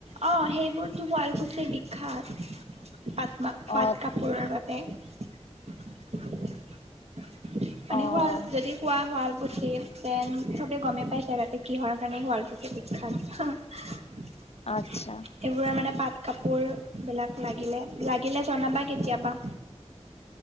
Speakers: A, on the right; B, on the left.
A: অ সেইবোৰতো শুৱালকুছিৰ বিখ্যাত৷ পাট মা পাট
B: অ',
A: কাপোৰৰ বাবে। <unintelligible> মানে
B: অ',
A: হোৱাৰ যদি পোৱা শুৱালকুছি দেন চবে গমেই পাইছে তাতে কিহৰ কাৰণে শুৱালকুছি বিখ্যাত হা - হা। <inaudible>
B: আত্ছা
A: সেইবোৰৰে মানে পাট কাপোৰ বিলাক লাগিলে লাগিলে জনাবা কেতিয়াবা